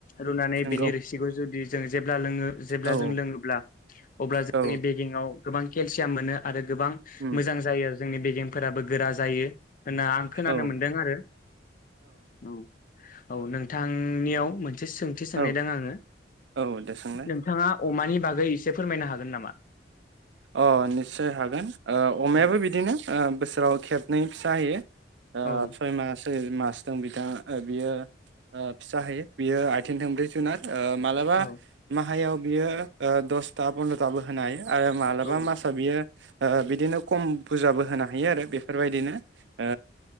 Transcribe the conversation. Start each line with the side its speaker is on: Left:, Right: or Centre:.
Left: रुनानै
Right: नंगौ
Left: बेनि रोसिखौ जुदि जों जेब्ला लोङो जेब्ला
Right: औ
Left: जों लोङोब्ला अब्ला जोंनि
Right: औ
Left: बेगेंआव गोबां केलसियाम मोनो आरो गोबां
Right: उम
Left: मोजां जायो आरो। जोंनि बेगेेंफोराबो गोरा जायो। होनना आं खोनानो
Right: औ
Left: मोनदों आरो औ। औ नोंथांनियाव मोन थि सोंथि सोंनाय
Right: औ
Left: दों आङो
Right: औ दे सोंलाय
Left: नोंथाङा अमानि बागै एसे फोरमायनो हागोन नामा?
Right: अ निस्सय हागोन ओ अमायाबो
Left: औ
Right: बिदिनो ओ बोसोराव खेब नै फिसा होयो। ओ
Left: औ
Right: सयमास सयमास बिथाङा ओ बियो फिसा होयो बियो आथिं थोंब्रै जुनार ओ मालाबा
Left: औ
Right: माहायाव बियो ओ दसथा पन्द्र थाबो होनो हायो आरो बा
Left: औ
Right: मासा बियो ओ बिदिनो खम बुरजाबो होनो हायो आरो बे फोरबायदिनो ओ